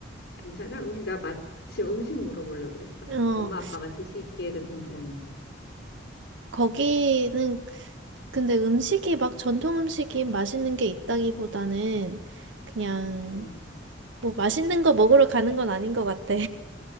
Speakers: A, on the left; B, on the right.
A: 괜찮아? 음식 나 마침 음식 물어보려고 그랬어.
B: 어,
A: 엄마 아빠가 드시기에도 괜찮은지.
B: 거기는, 근데 음식이 막 전통 음식이 맛있는 게 있다기보다는 그냥,
A: 음.
B: 뭐 맛있는 거 먹으러 가는 건 아닌 것 같아.